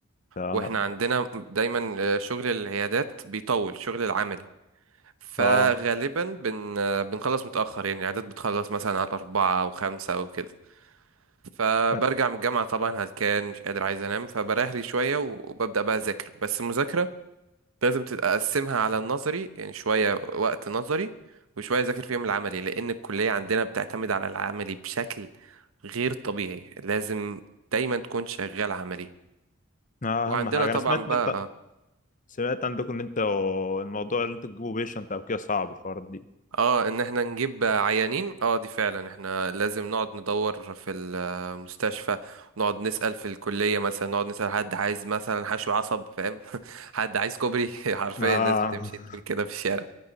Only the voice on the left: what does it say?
اه
اه
آه،
آه،
اهم حاجه
انا سمعت
ان انت سمعت عندكم ان انت الموضوع اللي انتوا تجيبوا بيشنت او كده صعب الحوارات دي
اه